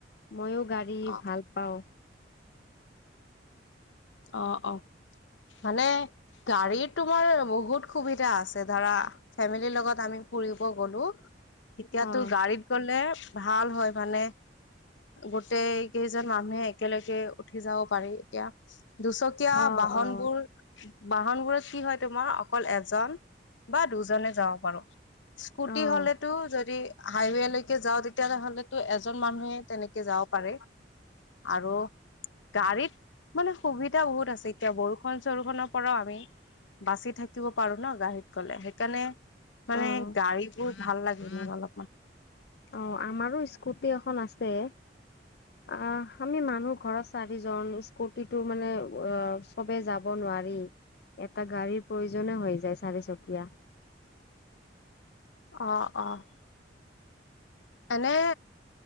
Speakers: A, on the left; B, on the left.
A: মইয়ো গাড়ী
B: অ
A: ভাল পাওঁ।
B: অ অ মানে গাড়ীৰ তোমাৰ বহুত সুবিধা আছে ধৰা ফেমিলিৰ লগত আমি ফুৰিব গ'লো। তেতিয়াতো
A: অ'।
B: গাড়ীত গ'লে ভাল হয় মানে গোটেই কেইজন মানুহে একেলগে উঠি যাব পাৰি। এতিয়া দুচকীয়া
A: অ',
B: বাহনবোৰ
A: অ'।
B: বাহনবোৰত কি হয় তোমাৰ অকল এজন বা দুজনে যাব পাৰো। স্কুটি
A: অ',
B: হ'লেতো যদি হাইৱেলৈকে যাওঁ তেতিয়া হ'লেতো এজন মানুহে তেনেকে যাব পাৰে। আৰু গাড়ীত মানে সুবিধা বহুত আছে এতিয়া বৰষুন চৰষুণৰ পৰাও আমি বাচি থাকিব পাৰো ন গাড়ীত গ'লে। সেইকাৰণে মানে
A: অ',
B: গাড়ীবোৰ ভাল লাগে মোৰ অলপমান।
A: অ', আমাৰো স্কুটি এখন আছে। অ', আমি মানুহ ঘৰত চাৰিজন স্কুটিটো মানে অ' চবেই যাব নোৱাৰি এটা গাড়ীৰ প্ৰয়োজনে হৈ যায় চাৰিচকীয়া।
B: অ', অ'। এনে